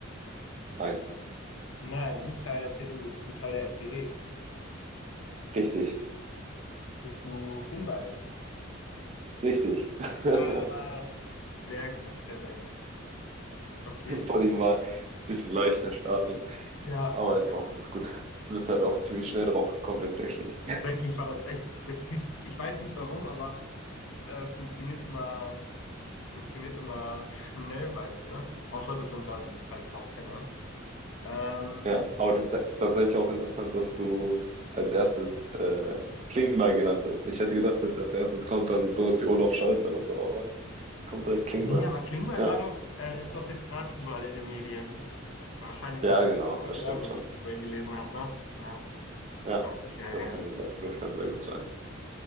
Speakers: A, on the right (about 35°); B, on the left (about 70°).
A: Nein.
B: Nein, nicht Teil der CDU. Bist du Teil der SPD?
A: Richtig.
B: Bist du Klingbeil?
A: Richtig. <laughs>
B: Ah, sehr gut, sehr, sehr gut. Okay.
A: Wollte ich mal ein bisschen leichter starten,
B: Ja,
A: aber ist auch ganz gut. Du bist halt auch ziemlich schnell drauf gekommen, tatsächlich.
B: eigentlich war das echt. Ja, Politik, ich weiß nicht warum, aber äh, funktioniert immer, funktioniert immer schnell bei mir. Außer das sind Leute, die ich halt kaum kenne. Ähm,
A: Ja, aber das, das ist tatsächlich auch interessant, dass du als erstes äh, Klingbeil genannt hast. Ich hätte gedacht, jetzt als erstes kommt dann sowas wie Olaf Scholz oder so, aber kommt direkt Klingbeil.
B: Nee, aber Klingbeil
A: Ja,
B: war doch, äh, ist doch jetzt gerade überall in den Medien. Wahrscheinlich,
A: ja,
B: weil ich
A: genau, das
B: heute Morgen
A: stimmt
B: irgendwas
A: schon.
B: über ihn gelesen habe, ne? Ja,
A: Ja,
B: okay.
A: das kann, das kann sehr gut sein.